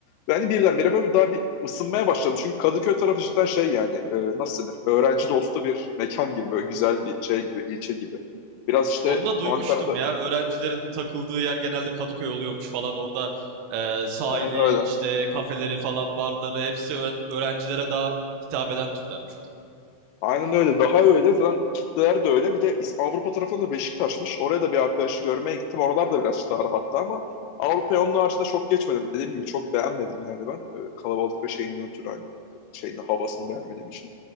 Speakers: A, on the left (about 85°); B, on the right (about 80°).
A: Ve hani birdenbire böyle bir daha bir ısınmaya başladım. Çünkü Kadıköy tarafı cidden şey yani e, nasıl denir? Öğrenci dostu bir mekan gibi böyle güzel bir şey gibi, ilçe gibi. Biraz işte
B: Onu da duymuştum
A: Ankara'da
B: ya. Öğrencilerin takıldığı yer genelde Kadıköy oluyormuş falan. Orada e, sahili,
A: aynen öyle.
B: işte kafeleri falan, barları hepsi öğren- öğrencilere daha hitap eden türdenmiş o taraf.
A: Aynen öyle. Daha öyle. Zaten kitleler de öyle. Bir de İs- Avrupa tarafında da Beşiktaş'mış. Oraya da bir arkadaşı görmeye gittim. Oralar da biraz daha rahattı ama Avrupa'ya onun haricinde çok geçmedim. Dediğim gibi çok beğenmedim yani ben. Ee, Kalabalık ve şeyinden ötürü hani şeyin havasını beğenmediğim için.